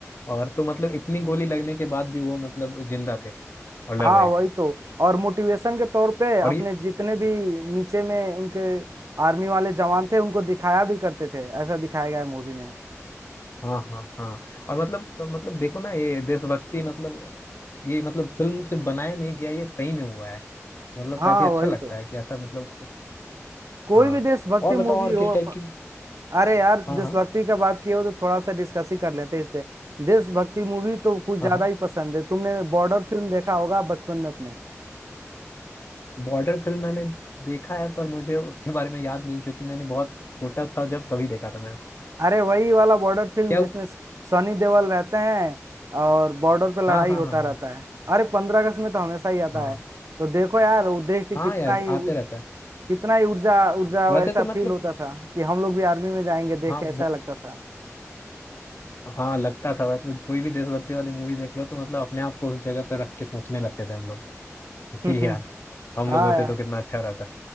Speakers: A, on the left; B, on the right.
A: और तो मतलब इतनी गोली लगने के बाद भी वो मतलब जिंदा थे और लड़
B: हाँ
A: रहे
B: वही
A: थे
B: तो और मोटिवेशन के तौर पे अपने
A: और ये
B: जितने भी नीचे में उनके आर्मी वाले जवान थे उनको दिखाया भी करते थे ऐसा दिखाया गया है मूवी में
A: हाँ हाँ हाँ और मतलब मतलब देखो ना ये देशभक्ति मतलब ये मतलब फिल्म सिर्फ बनाया नहीं गया ये सही में हुआ है मतलब
B: हाँ
A: काफी अच्छा
B: वही
A: लगता
B: तो
A: है कि ऐसा मतलब
B: कोई
A: हाँ
B: भी देशभक्ति
A: और
B: मूवी
A: बताओ और
B: हो
A: किस टाइप
B: अप-
A: की
B: अरे यार
A: हाँ
B: देशभक्ति
A: हाँ
B: का बात किए हो तो थोड़ा सा डिस्कस ही कर लेते हैं इस पे देशभक्ति मूवी तो कुछ ज्यादा
A: हाँ हाँ
B: ही पसंद है तुमने बॉर्डर फिल्म देखा होगा बचपन में अपने
A: बॉर्डर फिल्म मैंने देखा है पर मुझे उसके बारे में याद नहीं क्योंकि मैंने बहुत छोटा था जब तभी देखा था मैंने
B: अरे वही वाला बॉर्डर फिल्म
A: क्या
B: जिसमें स- सनी देओल रहते हैं और बॉर्डर पे लड़ाई
A: हाँ हाँ
B: होता
A: हाँ हाँ
B: रहता है अरे पंद्रह अगस्त में तो हमेशा ही आता
A: हाँ
B: है तो देखो यार वो देख के
A: हाँ
B: कितना
A: यार
B: ही उ-
A: आते रहता है
B: कितना ही ऊर्जा ऊर्जा
A: वैसे
B: ऐसा
A: तो मतलब
B: फील होता था कि हम लोग भी आर्मी में जाएंगे देख
A: हाँ
B: के ऐसा लगता था
A: हाँ लगता था भाई तो कोई भी देशभक्ति वाली मूवी देख लो तो मतलब अपने आप को उस जगह पे रख के सोचने लगते थे हम लोग
B: <laughs>
A: कि यार हम
B: हाँ
A: लोग होते
B: यार
A: तो कितना अच्छा रहता